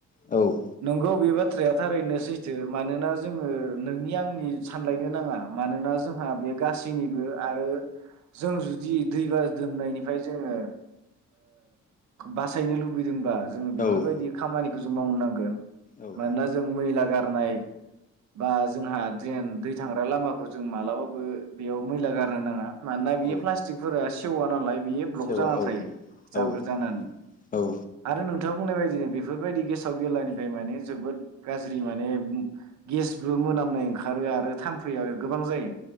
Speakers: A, on the left; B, on the right.
A: औ
B: नोंगौ बे बाथ्राया थारैनो सैथो मानोना जोंङो नोंनि आंनि सानलायनो नाङा मानोना जोंहा बे गासैनिबो आरो जों जुदि दै बाज्रुमनायनिफ्राय जोंङो बासायनो लुबैदोंबा जों बेफोरबायदि
A: औ
B: खामानि जों मावनांगोन
A: औ
B: मानोना जों मैला गार गारनाय बा जोंहा द्रेन दै थांग्रा लामाखौ जों मालाबाबो बेयाव मैला गारनो नाङा मानोना बेयो
A: औ
B: प्लास टिखफोरा सेवा नालाय। बियो ब्लक
A: सेवा
B: जाना
A: औ
B: थायो जाबोर
A: औ
B: जानानै
A: औ
B: आरो नोंथां बुंनाय बायदिनो बेफोरबायदि गेसाव गेलानिफ्राय माने जोबोद गाज्रि माने गेसबो मोनामनाय ओंखारो आरो थाम्फैया गोबां जायो।